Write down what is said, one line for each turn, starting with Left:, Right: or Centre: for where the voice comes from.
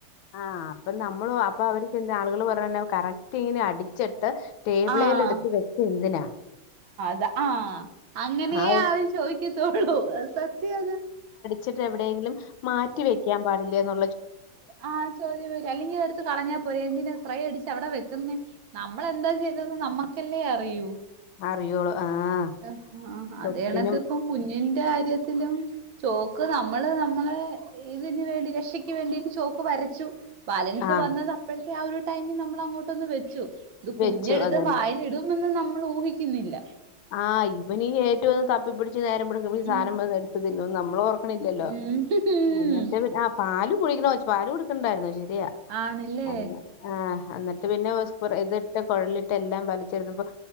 Left: ആ അപ്പൊ നമ്മളു അപ്പൊ അവര്ക്കെന്ത ആളുകള് പറയുന്നെ കറക് റ്റീനെ അടിച്ച ട്ട് ടേബിളേൽ
Right: ആഹ്
Left: എടുത്ത് വെച്ച് എന്തിനാ?
Right: ത ആഹ് അങ്ങനെയേ
Left: ആ
Right: അവര് ചോദിക്കത്തുള്ളൂ. സത്യാത്
Left: ചിട്ടെവിടെങ്കിലും മാറ്റി വെക്കാൻ പാടില്ലേന്നൊ
Right: ആ ചോദ്യം വരും. അല്ലെങ്കി അതെടുത്ത് കളഞ്ഞാ പോരെ എന്തിനാ സ്പ്രേ അടിച ച്ചവിടെ വെക്കുന്നെ? നമ്മളെന്താ ചെയ്തേന്ന് നമ്മക്കല്ലേ അറിയൂ.
Left: അറിയോളൂ ആഹ്
Right: അ ആ
Left: സ്വത്തിനും
Right: അതേയണക്ക് ഇപ്പം കുഞ്ഞിൻ ന്റെ കാര്യത്തിലും ചോക്ക് നമ്മള് നമ്മളെ ഇതിന് വേണ്ടി രക്ഷി ക്ക് വേണ്ടീട്ട് ചോക്ക് വരച്ചു. ബാലൻസ്
Left: ആഹ്
Right: വന്നത് അപ്പള് ക്കെ ആ ഒരു ടൈമിൽ നമ്മളങ്ങോട്ടൊന്ന് വച് ച്ചു. ഇത് കുഞ്ഞെടുത്ത്
Left: വെച്ചു അതന്നെ
Right: വായിലിടും ന്നുന്ന് നമ്മള് ഊഹിക്കുന്നില്ല
Left: ആ ഇവനീ ഏറ്റവും തപ്പിപ്പിടി ച്ചു നേരം <unintelligible> ഈ
Right: ഉം
Left: സധനംവന്ന് എടുത്ത് തിന്നൂന്ന് നമ്മള് ഓർക്കണില്ലല്ലോ.
Right: ഉം ഉം
Left: എന്നിട്ട് പിന്നെ ആ പാലും കൂടീക്ക്ണോയ്ച്ചു പാലുകൊട് ക്ക്ണ്ടായിരുന്നു ശരിയാ
Right: ആണല്ലേ
Left: അന്ന് ആഹ് ആന്ന് പിന്നെ ഹോസ് പ്രേ ഇത്ട് കൊഴലിട്ട് എല്ലാം വലിച്ചെടിത്തപ്പോ